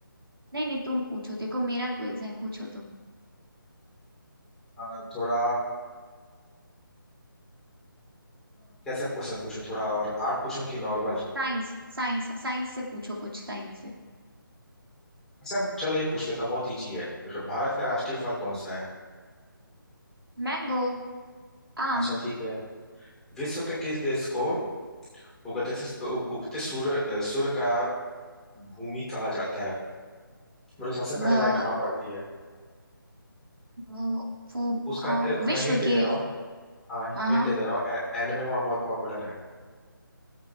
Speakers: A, on the right; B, in the centre.
A: नहीं नहीं तुम पूछो देखो मेरा क्विज है पूछो तुम
B: हाँ, थोड़ा अ, कैसे क्वेश्चन पूछो थोड़ा और हार्ड पूछो कि नॉर्मल
A: साइंस साइंस साइंस से पूछो कुछ साइंस से
B: अच्छा चलो ये पूछ लेता हूँ, बहुत इजी है र- भारत का राष्ट्रीय फल कौन सा है
A: मैंगो आम
B: अच्छा ठीक है विश्व के किस देश को उगते से उ- उगते सूर्य अ, सूर्य का भूमि कहा जाता है मतलब सबसे पहले
A: अ,
B: लाइट वहां पड़ती है
A: वो वो
B: उस कंट्री
A: अ,
B: मैं
A: विश्व
B: हिंट दे
A: के
B: दे रहा हूँ हाँ हिंट
A: हाँ हाँ
B: दे दे रहा हूँ ए- एनिमे वहाँ बहुत पॉपुलर है